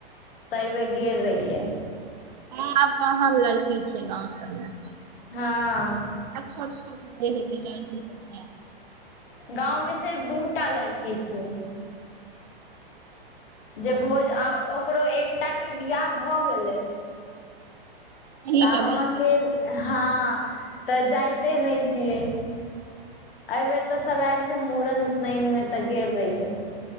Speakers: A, on the left; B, on the right.
A: आइबेर गेल रहियै
B: हऽ आब कहाँ लड़की छै गाँव सब में
A: हँ
B: आब छोट छोट नै हेतै लड़की सब तै
A: गाँव में सिर्फ दूटा लड़की छिय जे भोज आ ओकरो एकटा केँ बियाह भऽ गेलै <inaudible>
B: अहींटा
A: ताब हम
B: बचि
A: अकेले
B: गेलहुँ आब
A: हँ तऽ जायते नै छियै आइ बेेर तऽ सब आयल छै मुड़न उपनयन में तऽ गेल रहियै